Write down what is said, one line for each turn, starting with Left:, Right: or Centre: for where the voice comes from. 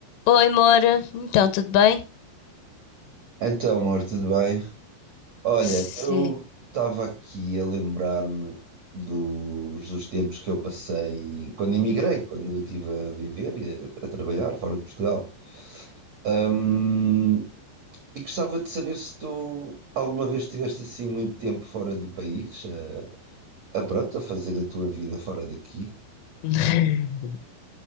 Left: Oi, Moura. Então, tudo bem?
Right: Então, amor, tudo bem? Olha,
Left: Sim.
Right: eu estava aqui a lembrar-me dos, dos tempos que eu passei quando emigrei, quando eu estive a viver e a, a trabalhar fora de Portugal. Hum, e gostava de saber se tu alguma vez estiveste assim muito tempo fora do país, a, a pronto, a fazer a tua vida fora daqui.
Left: <laughs>